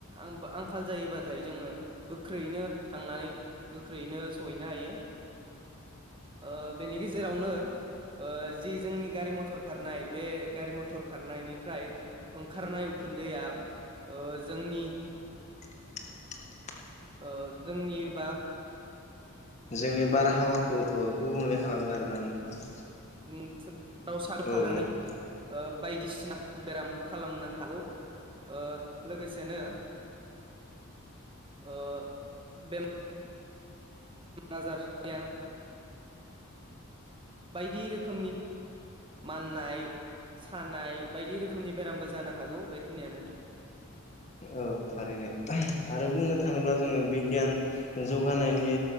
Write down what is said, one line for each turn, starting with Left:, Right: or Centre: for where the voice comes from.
Right: आ-आंखाल जायोबाथाय जोङो गोख्रैयैनो थांनानै गोख्रै नो सहैनो हायो। ओ बेनि गेजेरावनो ओ जि जोंनि गारि मथर खारनाय बे गारि मथर खारनायनिफ्राय ओंखारनाय उखुनदैया ओ जोंनि
Left: <inaudible>
Right: ओ जोंनि बा
Left: जोंनि बारहावाखौ ओ गुबुंले खालामो आरोना नोंथां।
Right: उम बाव सारफानानै
Left: औ नंगौ
Right: ओ बायदिसिना बेराम खालामनो हागौ। ओ लोगोसेनो ओ बेमा आजार गैया बायदि रोखोमनि माननाय सानाय बायदि रोखोमनि बेरामबो जानो हागौ बेखिनियानो नोंथां।
Left: औ थारैनो ओ आरो बुंनो
Right: औ
Left: थाङोब्ला जोङो बिगियान जौगानायनि